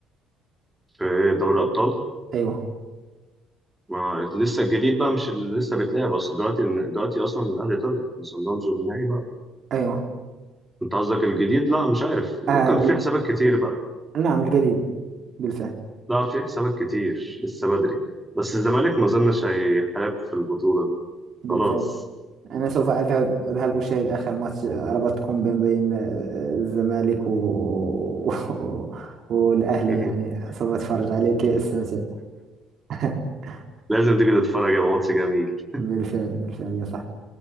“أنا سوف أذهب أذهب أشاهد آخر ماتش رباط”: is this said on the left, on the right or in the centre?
Right